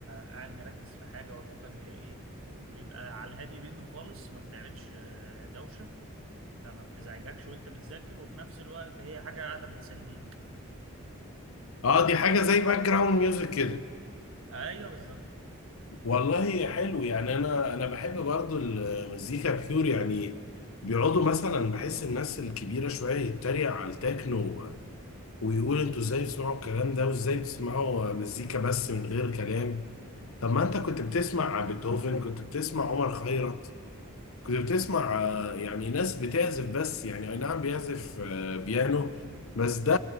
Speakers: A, on the right; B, on the left.
A: قاعد مركز في حاجة واتيفر هي إيه بيبقى على الهادي منه خالص ما بتعملش آه، دوشة فما بتزعجكش وأنت بتذاكر وفي نفس الوقت هي حاجة قاعدة بتسليك
B: اه دي حاجة زي باك جراوند ميوزك كده
A: أيوه بالظبط
B: والله حلو يعني انا انا بحب برضو المزيكا بيور يعني بيقعدوا مثلا بحس الناس الكبيرة شوية يتريق على التكنو ويقول انتوا ازاي بتسمعوا الكلام ده وازاي بتسمعوا مزيكا بس من غير كلام طب ما انت كنت بتسمع بيتهوفن كنت بتسمع عمر خيرت كنت بتسمع آه، يعني ناس بتعزف بس يعني اي نعم بيعزف آه، بيانو بس ده